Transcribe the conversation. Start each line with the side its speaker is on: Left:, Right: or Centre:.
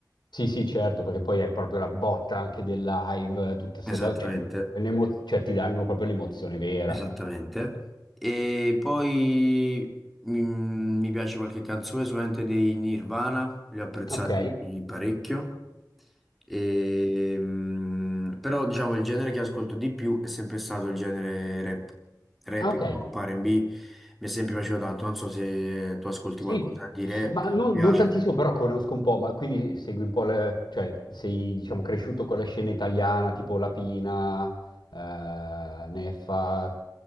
Left: Sì, sì, certo, perché poi hai proprio la botta anche del live, tutte queste
Centre: Esattamente.
Left: cose, cioè, è un'emo- cioè, ti danno proprio l'emozione vera.
Centre: Esattamente. E poi mm, mi piace qualche canzone, sicuramente dei Nirvana, li ho apprezzati
Left: Ok?
Centre: parecchio. E, mm, però diciamo il genere che ascolto di più è sempre stato il genere rap, rap,
Left: Ah, ok.
Centre: hip hop, R&B, mi è sempre piaciuto tanto. Non so se tu ascolti
Left: Sì,
Centre: qualcosa di rap,
Left: ma non,
Centre: ti piace.
Left: non tantissimo, però conosco un po', ma quindi segui un po' le... cioè sei, diciamo, cresciuto con la scena italiana, tipo Lapina, eh, Neffa,